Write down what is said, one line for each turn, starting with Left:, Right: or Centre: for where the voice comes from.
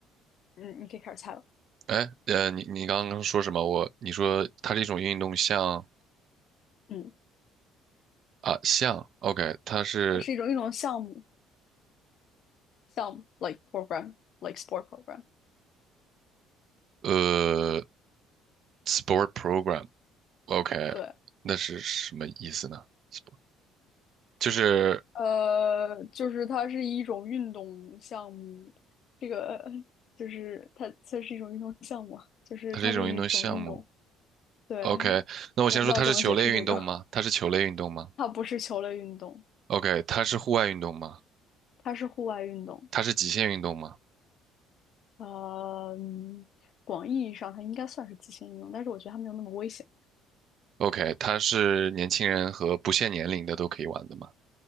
Left: 嗯，你可以开始猜了。
Right: 哎，呃，你你刚刚说什么？我你说它是一种运动项
Left: 嗯，
Right: 啊，项。OK，它是
Left: 它是一种运动项目，项目 like program like sport program。
Right: 呃 sport program。OK，
Left: 对，
Right: 那是什么意思呢？sport 就是
Left: 呃，就是它是一种运动项目，这个 <laughs> 就是它它是一种运动项目啊就是它是一种运动。
Right: 它是一种运动项目。
Left: <laughs> 对，
Right: OK，那我先说它是球类运动吗？
Left: 我不知道怎么解释这个，
Right: 它是球类运动吗
Left: 它不是球类运动，
Right: ？OK，它是户外运动吗？
Left: 它是户外运动。
Right: 它是极限运动吗
Left: 呃，嗯广义意义上它应该算是极限运动，但是我觉得它没有那么危险。
Right: ？OK，它是年轻人和不限年龄的都可以玩的吗